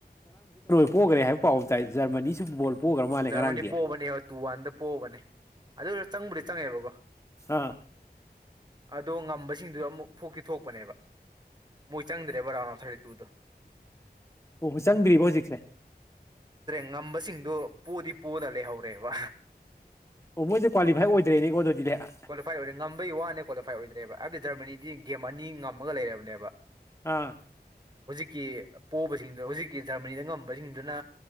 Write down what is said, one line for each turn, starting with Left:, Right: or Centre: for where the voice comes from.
Left: ꯄꯣꯒꯔꯦ ꯍꯥꯏꯕ ꯄꯥꯎ ꯇꯥꯏ ꯖꯔꯃꯅꯤꯁꯨ ꯕꯣꯜ ꯄꯣꯛꯈ꯭ꯔ ꯃꯥꯜꯂꯦ
Right: ꯖꯔꯃꯅꯤ
Left: ꯉꯔꯥꯡꯗꯤ
Right: ꯄꯣꯕꯅꯦ ꯇꯨ ꯋꯥꯟꯗ ꯄꯣꯕꯅꯦ ꯑꯗꯨ ꯆꯪꯕꯨꯗꯤ ꯆꯪꯉꯦꯕꯀꯣ
Left: ꯑꯥ
Right: ꯑꯗꯣ ꯉꯝꯕꯁꯤꯡꯗꯨ ꯑꯃꯨꯛ ꯊꯣꯛꯇꯤ ꯊꯣꯛꯄꯅꯦꯕ ꯃꯣꯏ ꯆꯪꯗ꯭ꯔꯦꯕ ꯊꯥꯔꯇꯤ ꯇꯨꯗꯣ
Left: ꯑꯣ ꯆꯪꯗ꯭ꯔꯤꯕ ꯍꯧꯖꯤꯛꯁꯦ
Right: ꯉꯝꯕꯁꯤꯡꯗꯣ ꯄꯣꯗꯤ ꯄꯣꯅ ꯂꯩꯍꯧꯔꯦꯕ
Left: ꯑꯣ ꯃꯣꯏꯁꯦ ꯀ꯭ꯋꯥꯂꯤꯐꯥꯏ
Right: ꯎꯝ
Left: ꯑꯣꯏꯗ꯭ꯔꯦꯅꯦꯀꯣ ꯑꯗꯨꯗꯤꯅꯦ ꯑꯥ
Right: ꯀꯋꯥꯂꯤꯐꯥꯏ ꯑꯣꯏ ꯉꯝꯕꯩ ꯋꯥꯅꯤ ꯀ꯭ꯋꯥꯂꯤꯐꯥꯏ ꯑꯣꯏꯗ꯭ꯔꯦꯕ ꯍꯥꯏꯕꯗꯤ ꯖꯔꯃꯅꯤꯗꯤ ꯒꯦꯝ ꯑꯅꯤ ꯉꯝꯃꯒ ꯂꯩꯔꯕꯅꯦꯕ
Left: ꯑꯥ
Right: ꯀ ꯄꯣꯕꯁꯤꯡꯗꯣ ꯍꯧꯖꯤꯛꯀꯤ ꯖꯔꯃꯅꯤꯗ ꯉꯝꯕꯁꯤꯡꯗꯨꯅ